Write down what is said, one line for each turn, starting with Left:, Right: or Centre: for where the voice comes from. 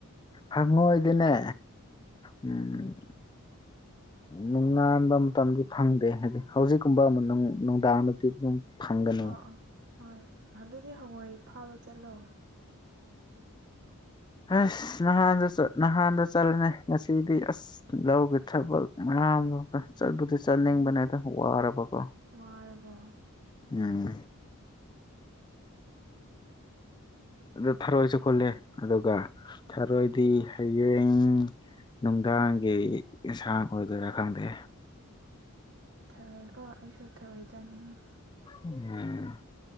Left: ꯍꯪꯉꯣꯏꯗꯤꯅꯦ ꯎꯝ
Right: <inaudible>
Left: ꯅꯨꯡꯉꯕ ꯃꯇꯝꯗꯨ ꯐꯪꯗꯦ ꯍꯥꯏꯗꯤ ꯍꯧꯖꯤꯛꯀꯨꯝꯕ ꯑꯃ ꯅꯨꯡꯗꯥꯡꯗꯗꯤ ꯑꯗꯨꯝ ꯐꯪꯒꯅꯤ
Right: ꯑꯥ ꯑꯥ ꯍꯣꯏ ꯍꯟꯗꯗꯤ ꯍꯪꯉꯣꯏ ꯐꯥꯕ ꯆꯠꯂꯣ
Left: ꯑꯁ ꯅꯍꯥꯟꯗ ꯅꯍꯥꯟꯗ ꯆꯠꯂꯅꯦ ꯉꯁꯤꯗꯤ ꯑꯁ ꯂꯧꯒꯦ ꯊꯕꯛ ꯃꯌꯥꯝ ꯆꯠꯄꯗꯤ ꯆꯠꯅꯤꯡꯕꯅꯦ
Right: ꯎꯝ
Left: ꯑꯗꯥ ꯋꯥꯔꯕꯀꯣ
Right: ꯋꯥꯔꯕꯣ
Left: ꯎꯝ ꯑꯗꯨ ꯊꯥꯔꯣꯏꯁꯨ ꯈꯣꯠꯂꯦ ꯑꯗꯨꯒ ꯊꯔꯣꯏꯗꯤ ꯍꯌꯦꯡ ꯅꯨꯡꯗꯥꯡꯒꯤ ꯌꯦꯟꯁꯥꯡ ꯑꯣꯏꯗꯣꯏꯔꯥ ꯈꯪꯗꯦ
Right: ꯊꯔꯣꯏꯀꯣ ꯑꯩꯁꯨ ꯊꯔꯣꯏ ꯆꯥꯅꯤꯡꯉꯤ
Left: ꯎꯝ